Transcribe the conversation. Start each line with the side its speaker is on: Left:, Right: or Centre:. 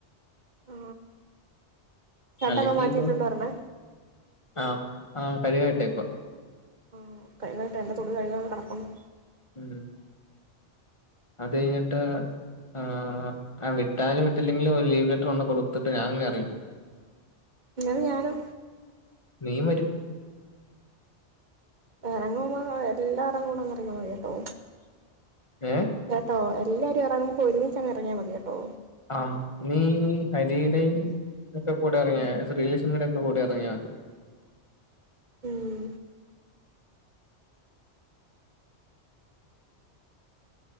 Right: ആ ഷട്ടൊക്കെ
Left: അല്ലെങ്കിൽ
Right: മാറ്റിട്ടോണ്ട്
Left: ഇപ്പൊ
Right: വരണേ
Left: ആഹ് ആ കഴുകാൻ ഇട്ടേക്കുവാ
Right: മ് കഴുക്കാനിട്ടൊ എന്റെ തൊടു കഴുകാൻ കെടപ്പുണ്ട്
Left: ഉം അത് കഴിഞ്ഞിട്ട് ആ ആ വിട്ടാലും വിട്ടില്ലെങ്കിലും ഒരു ലീവ് ലെറ്റർ കൊണ്ട് കൊടുത്തിട്ട് ഞാനിങ്ങ് എറങ്ങിപ്പോവും
Right: അന്നേരം ഞാനോ
Left: നീയും വരും
Right: എറങ്ങുമ്പോ എല്ലാരേം കൂടെ അങ്ങ് ഇറങ്ങിയാൽ മതി കേട്ടോ
Left: ഏഹ്
Right: കേട്ടോ എ ല്ലാരും ഇറങ്ങുമ്പോ ഒരുമിച്ച് അങ്ങ് ഇറങ്ങിയാ മതി കേട്ടോ
Left: ആം നീ ഹരിയുടെയും ഒക്കെ കൂടെ ഇറങ്ങാ ശ്രീലക്ഷ്മണിയുടെ ഒക്കെ കൂടെ ഇറങ്ങാതി
Right: ഉം